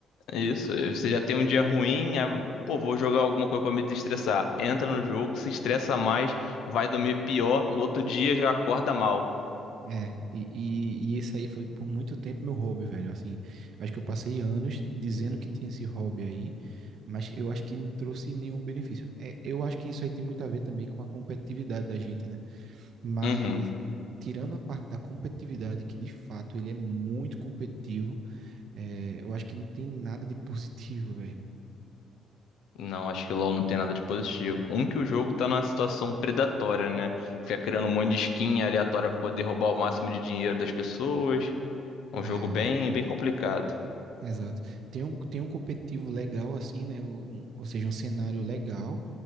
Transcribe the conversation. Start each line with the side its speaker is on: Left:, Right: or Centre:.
Left: é isso. Você já tem um dia ruim, aí, pô, vou jogar alguma coisa pra me desestressar. Entra no jogo, se estressa mais, vai dormir pior, no outro dia já acorda mal.
Right: É, e, e, e esse aí foi por muito tempo meu hobby, velho. Assim, acho que eu passei anos dizendo que tinha esse hobby aí, mas eu acho que não trouxe nenhum benefício. É, eu acho que isso aí tem muito a ver também com a competitividade da gente, né? Mas,
Left: Uhum.
Right: tirando a parte da competitividade, que de fato ele é muito competitivo, é, eu acho que não tem nada de positivo, velho.
Left: Não, acho que o LoL não tem nada de positivo. Um que o jogo tá numa situação predatória, né? Fica criando um monte de skin aleatória pra poder roubar o máximo de dinheiro das pessoas.
Right: É,
Left: Um jogo bem, bem complicado.
Right: exato. Tem um, tem um competitivo legal assim, né? Um- ou seja, um cenário legal